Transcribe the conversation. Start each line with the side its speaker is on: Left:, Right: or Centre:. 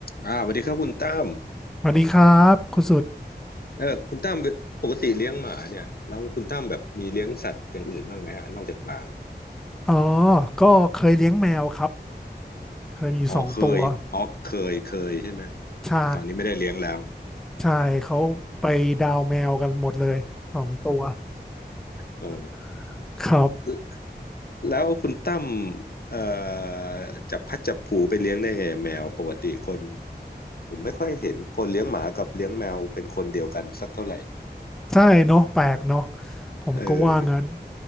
Left: อ่าสวัสดีครับคุณตั้ม
Centre: สวัสดีครับคุณสุด
Left: เออคุณตั้มปกติเลี้ยงหมาเนี่ยแล้วคุณตั้มแบบมีเลี้ยงสัตว์อย่างอื่นบ้างไหมฮะนอกจากหมา
Centre: อ๋อก็เคยเลี้ยงแมวครับเคยมีอยู่สองตัว
Left: อ๋อเคยอ๋อเคยเคยใช่ไหมอืมตอนนี้ไม่ได้เลี้ยงแล้ว
Centre: ใช่ใช่เขาไปดาวแมวกันหมดเลยสองตัว
Left: อืมโอ้
Centre: <laughs> ครับ
Left: แล้วแล้วคุณตั้มเอ่อจับพัดจับผูไปเลี้ยงได้ไงแมวปกติคนผมไม่ค่อยเห็นคนเลี้ยงหมากับเลี้ยงแมวเป็นคนเดียวกันสักเท่าไหร่
Centre: ใช่เนาะแปลกเนาะผมก็ว่างั้น
Left: เออ